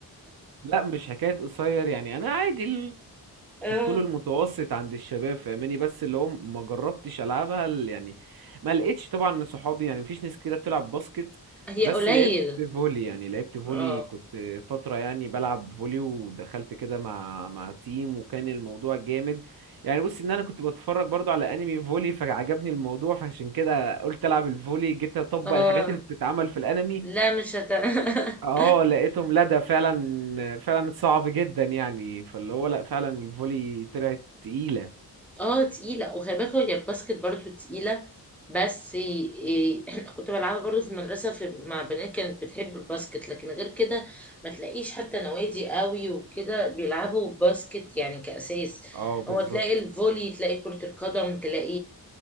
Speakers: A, on the right; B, in the centre.
A: لا مش حكاية قصير يعني انا عادي
B: <laughs> اه
A: الطول المتوسط عند الشباب فاهماني بس اللي هو ما جربتش العبها ال- يعني ما لقيتش طبعا صحابي يعني مفيش ناس كتيره بتلعب باسكت
B: هي
A: بس
B: قليل
A: لعبت فولي يعني لعبت فولي
B: اه
A: كنت فتره يعني بلعب فولي ودخلت كده مع مع تيم وكان الموضوع جامد يعني بص ان انا كنت بتفرج برضو على انمي فولي فعجبني الموضوع فعشان كده قلت العب الفولي جيت اطبق
B: اه
A: الحاجات اللي بتتعمل في الانمي
B: لا مش هت <laughs>
A: اه لقيتهم لدى فعلا فعلا صعب جدا يعني فاللي هو لا فعلا الفولي طلعت تقيلة
B: اه تقيلة وخلي بالك هي الباسكت برضو تقيلة بس إيه إيه، احنا كنت بلعبها برضو في المدرسة في مع بنات كانت بتحب الباسكت لكن غير كده ما تلاقيش حتى نوادي قوي وكده بيلعبوا باسكت يعني كأساس
A: اه بالظبط
B: هو تلاقي الفولي تلاقي كرة القدم تلاقي